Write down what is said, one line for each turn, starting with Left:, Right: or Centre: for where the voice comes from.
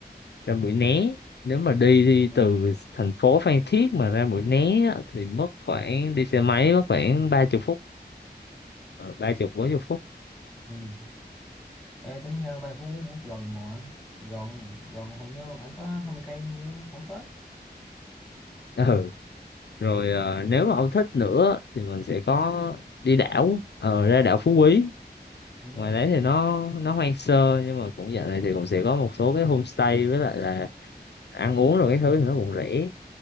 Left: ra Mũi Né nếu mà đi đi
Centre: ừ
Left: từ thành phố Phan Thiết mà ra Mũi Né á, thì mất khoảng đi xe máy mất khoảng ba chục phút ờ, ba chục bốn chục phút
Centre: ừ Ê, tính ra ba Phú Quốc gần mà gần gần hình như khoảng có 20 cây nhiêu không tới
Left: ừ. rồi ờ,
Centre: ừ
Left: nếu mà ông thích nữa thì mình sẽ có đi đảo ờ, ra đảo Phú Quý
Centre: ừ
Left: ngoài đấy thì nó nó hoang sơ nhưng mà cũng dạo này thì cũng sẽ có một số cái homestay với lại là ăn uống rồi cái thứ thì nó cũng rẻ